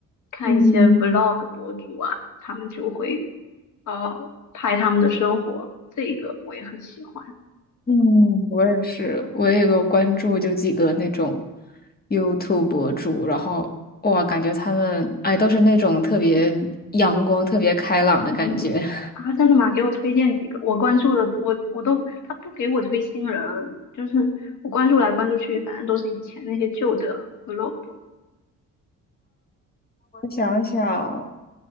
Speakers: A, on the left (about 65°); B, on the left (about 30°).
A: 看一些
B: 嗯。
A: Vlog 博主啊，他们就会呃拍他们的生活，这个我也很喜欢。
B: 嗯，我也是，我也有关注，就几个那种 YouTube 博主，然后哇，感觉他们哎都是那种特别阳光、
A: 嗯。
B: 特别开朗的感觉。
A: 嗯
B: <laughs>
A: 啊，真的吗？给我推荐几个，我关注的，我我都他不给我推新人，就是我关注来关注去，反正都是以前那些旧的 vlog。
B: 我想想，